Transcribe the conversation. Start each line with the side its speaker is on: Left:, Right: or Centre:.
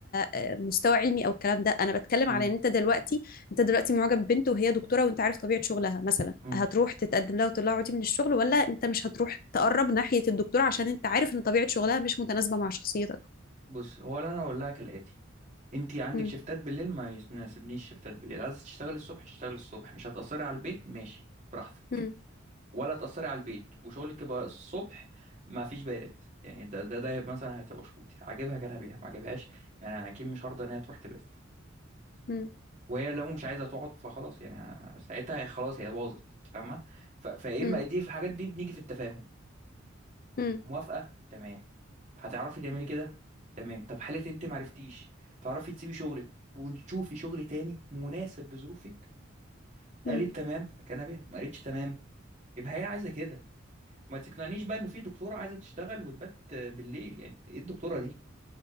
Left: آه، مستوى علمي او الكلام ده انا بتكلم
Right: امم
Left: على ان انت دلوقتي انت دلوقتي معجب ببنت وهي دكتوره وانت عارف طبيعه شغلها مثلا
Right: امم
Left: هتروح تتقدم لها وتقول لها اقعدي من الشغل ولا انت مش هتروح تقرب ناحيه الدكتوره عشان انت عارف ان طبيعه شغلها مش متناسبه مع شخصيتك
Right: بص هو اللي انا اقول لها كالاتي انت عندك
Left: مم.
Right: شفتات بالليل ما يناسبنيش شفتات بالليل عايزه تشتغلي الصبح اشتغلي الصبح مش هتاثري على البيت ماشي براحتك
Left: مم.
Right: ولا تأثري على البيت وشغلك يبقى الصبح ما فيش بيات يعني ده ده ده مثلا هتبقى شروطي عاجبها كان بيها ما عاجبهاش يعني أنا اكيد مش هرضى ان هي تروح تبات
Left: مم.
Right: وهي لو مش عايزه تقعد فخلاص يعني أنا- ساعتها هي خلاص هي باظت فاهمه ف- فايه
Left: مم.
Right: اما دي في الحاجات دي بنيجي في التفاهم
Left: مم.
Right: موافقه تمام هتعرفي تعملي كده تمام طب حالة انت معرفتيش تعرفي تسيبي شغلك ونشوفي شغل تاني مناسب لظروفك
Left: مم.
Right: قالت تمام فكان بيها ما قالتش تمام يبقى هي عايزه كده ما تقنعنيش بقى انه في دكتوره عايزه تشتغل وتبات بالليل يعني ايه الدكتوره دي